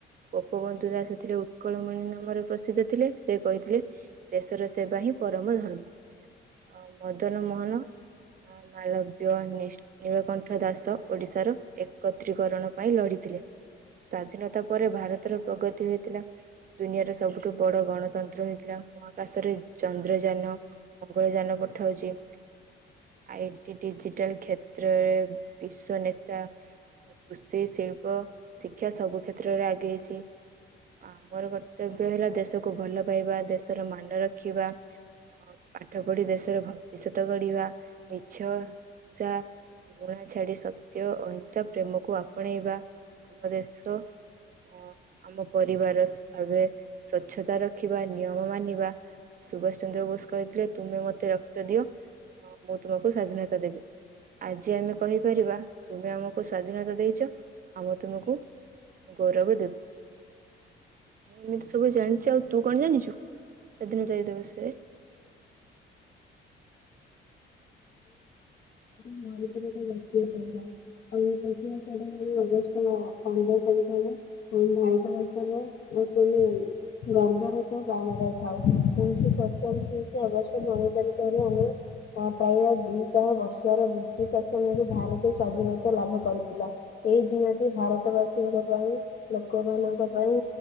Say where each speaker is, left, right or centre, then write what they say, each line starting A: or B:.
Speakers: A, on the right; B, on the left.
A: ଗୋପବନ୍ଧୁ ଦାସ ଥିଲେ ଉତ୍କଳମଣି ନାମରେ ପ୍ରସିଦ୍ଧ ଥିଲେ ସେ କହିଥିଲେ ଦେଶର ସେବା ହିଁ ପରମ ଧର୍ମ ଅ ମଦନ ମୋହନ ହଁ ମାଳବ୍ୟ, ନୀସ୍ ନୀଳକଣ୍ଠ ଦାସ ଓଡିଶାର ଏକତ୍ରୀକରଣ ପାଇଁ ଲଢିଥିଲେ ସ୍ଵାଧୀନତା ପରେ ଭାରତର ପ୍ରଗତି ହୋଇଥିଲା। ଦୁନିଆର ସବୁଠୁ ବଡ ଗଣତନ୍ତ୍ର ହେଇଥିଲା ମହାକାଶରେ ଚନ୍ଦ୍ରଯାନ ମଙ୍ଗଳଯାନ ପଠୋଉଚି ଆଇ ଟି ଡିଜିଟାଲ କ୍ଷେତ୍ରରେ ବିଶ୍ୱ ନେ ତା କୃଷି, ଶିଳ୍ପ, ଶିକ୍ଷା ସବୁ କ୍ଷେତ୍ରରେ ଆଗେଇଛି। ଆମର କର୍ତ୍ତବ୍ୟ ହେଲା ଦେଶକୁ ଭଲ ପାଇବା ଦେଶର ମାନ ରଖିବା। ପାଠ ପଢି ଦେଶର ଭବିଷ୍ୟତ ଗଢିବା ମିଛ ସା ଘୃଣା ଛାଡି ସତ୍ୟ, ଅହିଂସା, ପ୍ରେମକୁ ଆପଣେଇବା ଆମ ଦେଶ ଅ ଆମ ପରିବାର ଭାବେ ସ୍ଵଚ୍ଛତା ରଖିବା ନିୟମ ମାନିବା ସୁଭାଷ ଚନ୍ଦ୍ର ବୋଷ କହିଥିଲେ ତୁମେ ମତେ ରକ୍ତ ଦିଅ ମୁଁ ତୁମକୁ ସ୍ଵାଧୀନତା ଦେବି ଆଜି ଆମେ କହିପାରିବା? ତୁମେ ଆମକୁ ସ୍ଵାଧୀନତା ଦେଇଛ ଆମେ ତୁମକୁ ଗୌରବ ଦେବୁ। ଏମିତି ସବୁ ଜାଣିଛି ଆଉ ତୁ କଣ ଜାଣିଛୁ ସ୍ଵାଧୀନତା ଦିବସ ବିଷୟରେ?
B: ମାାର ବ୍ୟକ୍ତି ପବା <unintelligible> ଆ ସେଟା ଅଗଷ୍ଟ ପନ୍ଦର ତାରିଖ ହେଲା। ଭାରତ ବର୍ଷ ର ଆ ଗର୍ବର ସହ ପାଳନ କରିଥାଉ ଏମିତି ସାଧାରଣତନ୍ତ୍ର ଦିବସ ଅଗଷ୍ଟ ପନ୍ଦର ତାରିଖ ତମ ଆମ ପ୍ରାୟ ଦୁଇଶହ ବର୍ଷର ବ୍ରିଟିଶ ଶାସନରେ ଭାରତ ସ୍ଵାଧୀନତା ଲାଭ କରିଥିଲା। ଏଇ ଦିନଟି ଭାରତ ବାସୀଙ୍କ ପାଇଁ ଲୋକମାନାନଙ୍କ ପାଇଁ